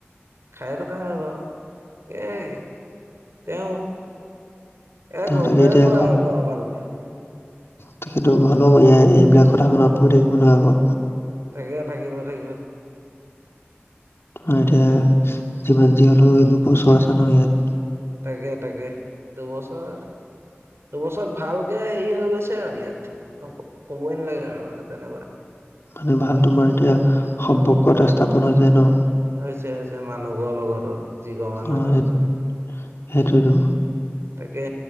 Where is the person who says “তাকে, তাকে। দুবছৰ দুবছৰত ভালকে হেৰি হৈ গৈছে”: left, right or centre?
Right